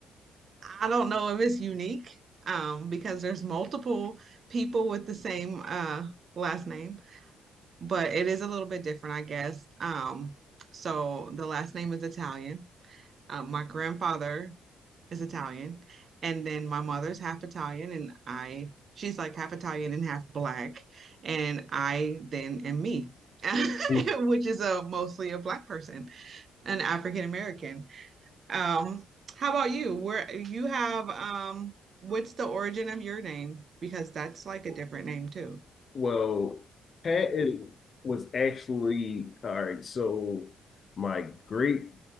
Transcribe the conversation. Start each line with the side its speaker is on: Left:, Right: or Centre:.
Right: I don't know if it's unique, um, because there's multiple people with the same uh last name, but it is a little bit different, I guess. Um, so the last name is Italian. Um, my grandfather is Italian, and then my mother's half Italian, and I she's like half Italian and half black, and I then am me. <laughs>
Left: Mm.
Right: which is a mostly a black person. an African American. Um, how about you? Where you have um, what's the origin of your name? Because that's like a different name too.
Left: Well, Patton was actually all right, so my great